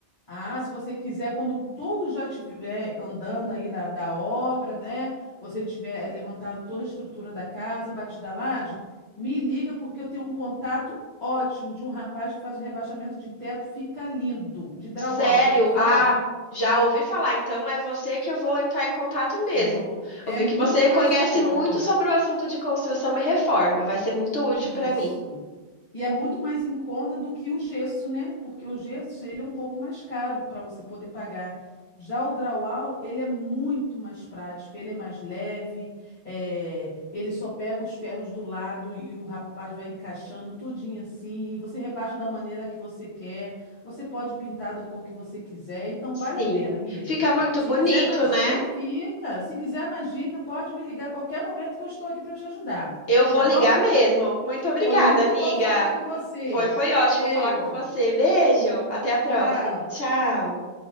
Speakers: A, on the left (about 45°); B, on the left (about 60°).
A: Ah, se você quiser, quando tudo já estiver andando aí da, da obra, né? Você tiver levantado toda a estrutura da casa, batida a laje, me liga porque eu tenho um contato ótimo de um rapaz que faz um rebaixamento de teto, fica lindo, de drywall,
B: Sério?
A: já ouviu falar?
B: Ah, já ouvi falar. Então é você que eu vou entrar em contato mesmo.
A: É, é
B: Ouvi
A: muito
B: que você
A: mais
B: conhece
A: em conta.
B: muito sobre o assunto de construção e reforma. Vai ser muito útil
A: Isso.
B: para mim.
A: E é muito mais em conta do que o gesso, né? Porque o gesso, ele é um pouco mais caro para você poder pagar. Já o drywall, ele é muito mais prático, ele é mais leve, eh, ele só pega os ferros do lado e o rapaz vai encaixando tudinho assim, e você rebaixa da maneira que você quer, você pode pintar da cor que você quiser, então
B: Sim.
A: vale a pena, amiga.
B: Fica muito
A: Se
B: bonito,
A: quiser mais
B: né?
A: dica, fica, se quiser mais dica, pode me ligar a qualquer momento que eu estou aqui para te ajudar,
B: Eu vou
A: tá bom?
B: ligar mesmo. Muito obrigada,
A: Foi muito
B: amiga.
A: bom falar com você.
B: Foi, foi ótimo
A: Beijo.
B: falar com você. Beijo. Até a próxima.
A: Tchau.
B: Tchau.